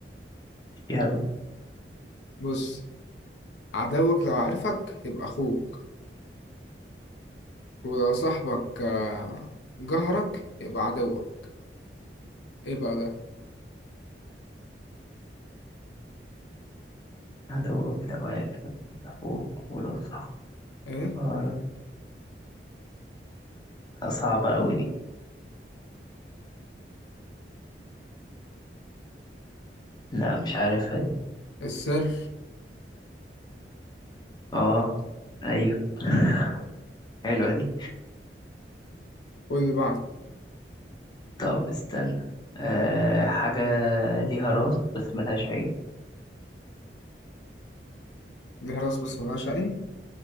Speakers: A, on the left; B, on the left.
A: يلا
B: بص عدوك لو عارفك يبقى اخوك ولو صاحبك آه، جهرك يبقى عدوك ايه بقى ده
A: عدوك لو عارف أخوك ولو صح
B: ايه
A: لا صعبة أوي دي لا مش عارفها دي
B: السر
A: اه أيوه <laughs> حلوة دي
B: قول اللي بعده
A: طب استنى أه حاجة ليها راس بس ملهاش عين
B: ليها راس بس ملهاش عين